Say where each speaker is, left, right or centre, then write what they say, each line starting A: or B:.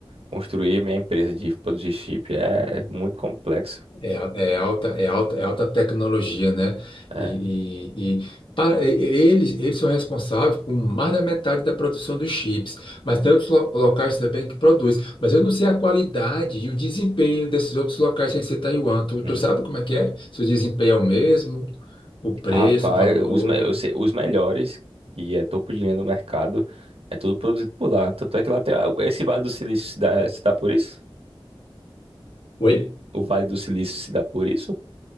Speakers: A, on the right; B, on the left.
A: construir minha empresa de produzir chip é muito complexo.
B: É, a- é alta, é alta, é alta tecnologia, né?
A: É.
B: E, e- e para, e- eles, eles são responsáveis por mais da metade da produção dos chips, mas tem outros lo- locais também que produzem. Mas eu não sei a qualidade e o desempenho desses outros locais sem ser Taiwan. Tu,
A: Hum.
B: tu sabe como é que é? Se o desempenho é o mesmo, o preço,
A: Rapaz,
B: o valor.
A: os, me- eu sei- os melhores, que é topo de linha do mercado, é tudo produzido por lá. Tanto é que lá tem, a- esse Vale do Silício se dá, se dá por isso?
B: Oi?
A: O Vale do Silício se dá por isso?